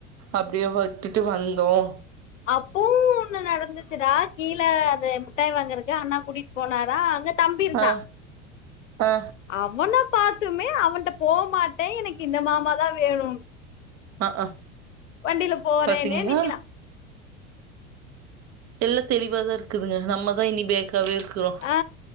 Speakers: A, on the right; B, on the left.
A: அப்டியே விட்டுட்டு வந்தோம்
B: அப்பவும் ஒன்னு நடந்துச்சுடா கீழ அத முட்டாய் வாங்கறக் யா அண்ணா கூட்டிட் போனாரா அங்க தம்பி இருந்தா
A: ஆ ஆ
B: அவன பாத்துமே அவன்ட்ட போமாட்டே எனக்கு இந்த மாமா தா வேணு
A: ஆ ஆ
B: வண்டியில போறேன்னே
A: பாத்தீங்களா
B: நிக்கறா
A: எல்லா தெளிவாதா இருக்குதுங்க நம்மதான் இனி பேக்காவே இருக்கறோம்
B: ஆ